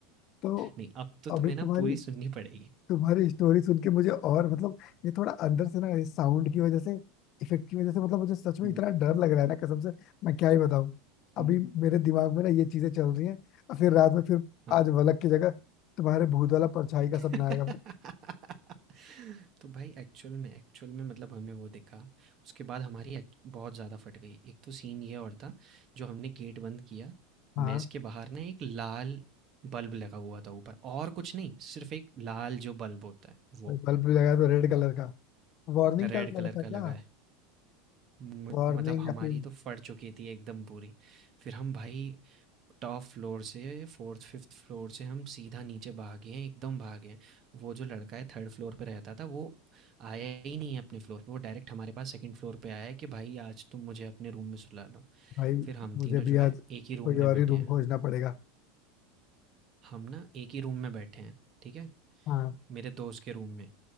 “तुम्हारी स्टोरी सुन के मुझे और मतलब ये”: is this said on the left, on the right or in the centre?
Left